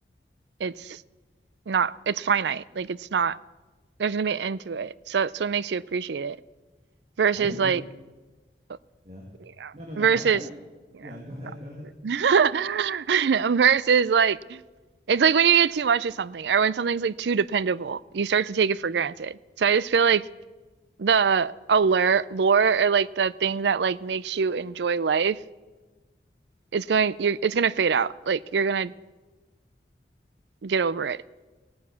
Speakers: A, on the right (about 70°); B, on the right (about 35°).
A: it's not, it's finite, like it's not, there's gonna be an end to it. So that's what makes you appreciate it versus
B: I agree.
A: like, uh,
B: Yeah.
A: you know,
B: No, no, no.
A: versus,
B: I, I,
A: you
B: yeah.
A: know.
B: Go
A: <laughs>
B: ahead. Go ahead.
A: Versus like it's like when you get too much of something or when something's like too dependable, you start to take it for granted. So I just feel like the allure, lore or like the thing that like makes you enjoy life, it's going you're it's gonna fade out. Like you're gonna get over it